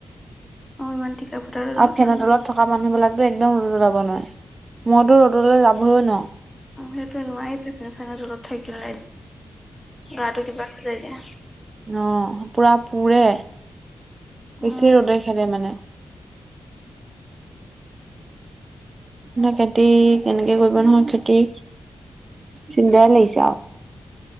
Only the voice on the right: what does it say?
আ ফেনৰ
তলত থকা মানুহ বিলাক একদম ৰ'দ ওলাব নোৱাৰে মইতো ৰ'দলৈ যাবই নোৱাৰোঁ।
অ পুৰা পোৰে বেছি
ৰ'দে খেদে মানে। নে খেতি কেনেকে কৰিব নহয় খেতি। চিন্তাই লাগিছে আৰু।